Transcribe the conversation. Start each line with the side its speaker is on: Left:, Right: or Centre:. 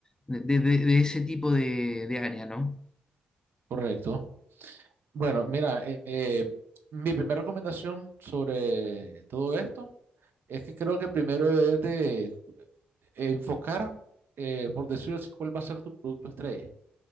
Left: de, de- de ese tipo de, de área, ¿no?
Right: correcto. Bueno, mira, eh, eh, mi primera recomendación sobre todo esto es que creo que primero es de enfocar, eh, por decirlo así, cuál va a ser tu producto estrella,